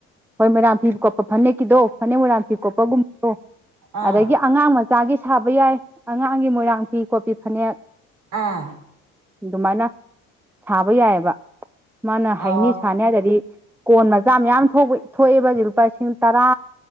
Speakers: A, in the centre; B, on the right.
A: ꯍꯣꯏ ꯃꯣꯏꯔꯥꯡ ꯐꯤ ꯀꯣꯠꯄ ꯐꯅꯦꯛꯀꯤꯗꯣ ꯐꯅꯦꯛ ꯃꯣꯏꯔꯥꯡ ꯐꯤ ꯀꯣꯠꯄꯒꯨꯝꯕꯗꯣ
B: ꯑꯥ
A: ꯑꯗꯒꯤ ꯑꯉꯥꯡ ꯃ ꯆꯥꯒꯤ ꯁꯥꯕ ꯌꯥꯏ ꯑꯉꯥꯡꯒꯤ ꯃꯣꯏꯔꯥꯡ ꯐꯤ ꯀꯣꯠꯄꯤ ꯐꯅꯦꯛ
B: ꯑꯥ
A: ꯑꯗꯨꯃꯥꯏꯅ ꯁꯥꯕ ꯌꯥꯏꯌꯦꯕ ꯃꯥꯅ
B: ꯑꯣ
A: ꯍꯩꯅꯤ ꯁꯥꯅꯤ ꯍꯥꯏꯇꯗꯤ ꯀꯣꯟ ꯃꯆꯥ ꯃꯌꯥꯝ ꯊꯣꯛ ꯊꯣꯛꯑꯦꯕ ꯖꯤꯛ ꯂꯨꯄꯥ ꯂꯤꯁꯤꯡ ꯇꯔꯥ